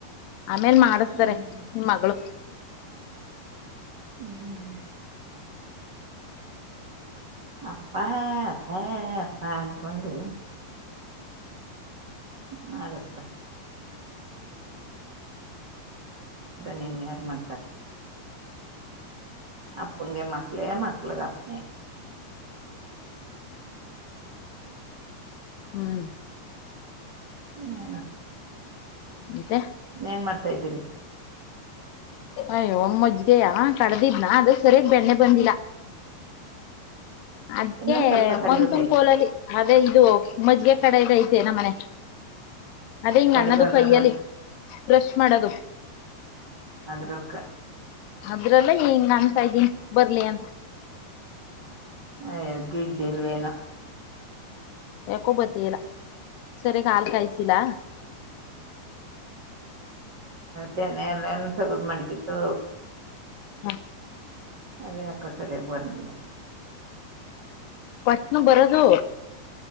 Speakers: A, on the left; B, on the right.
A: ಆಮೇಲ್ ಮಾಡಸ್ತಾರೆ
B: ಹ್ಮ್
A: ನಿಮ್ ಮಗಳು
B: ಹ್ಮ್ ಅಪ್ಪಾ ಅಪ್ಪ ಅಪ್ಪ ಕೊಂಡು ಮಾಡಳಿಸತ ನಿನ್ ಯಾರು ಮಾಡ್ತಾರೆ ಅಪ್ಪನ್ಗೆ ಮಕ್ಕಳೇ ಮಕ್ಕಲ್ಗೆ ಅಪ್ಪ್ ಬಾಯ್
A: ಹ್ಮ್
B: ಏನೇನ
A: ಮತ್ತೆ
B: ಏನ್ ಮಾಡ್ತಾ ಇದ್ದೀರಿ
A: ಅಯ್ಯೋ ಮಜ್ಗೆಯ ಕಡ್ದಿದ್ನ ಅದು ಸರಿಯದ್ ಬೆಣ್ಣೆ ಬಂದಿಲ್ಲ ಅದೇ
B: ಇನ್ನೊಂದ್ ಸ್ವಲ್ಪ ಕಡಿಬೇಕಾಯ್ತು
A: ಮನ್ ತುಮ್ ಕೋಲಲ್ಲಿ ಅದೇ ಇದು ಮಜ್ಗೆ ಕಡೆದ್ ಐತೆ ನಮ್ ಮನೆ ಅದೇ ಹಿಂಗ್
B: ಕಡಿಬಾರ್ದು
A: ಅನ್ನದು ಕೈಯಲ್ಲಿ
B: ಅದ್ರ
A: ಬ್ರಷ್ ಮಾಡೋದು
B: ಅದ್ರಕ್ಕ
A: ಅದ್ರಲ್ಲ ಹಿಂಗ್ ಅನ್ಸಾ ಇದ್ದೀನಿ ಬರ್ಲಿ ಅಂತ
B: ಅಯೋ ಗಿಡ್ ಇಲ್ವೇಲ್ಲ
A: ಯಕೋಬತ್ತೆ ಇಲ್ಲ ಸರಿಯಗ್ ಹಾಲ್ ಕಾಯಸಿಲ್ಲ
B: ಕೆನೆಲ್ ಯಂತದು ಮಾಡ್ಗಿತು
A: ಹ್ಮ
B: ಅದಕ್ಕ ಸರಿ ಬಂದಿಲ್ಲ
A: ಪಟ್ನು ಬರದು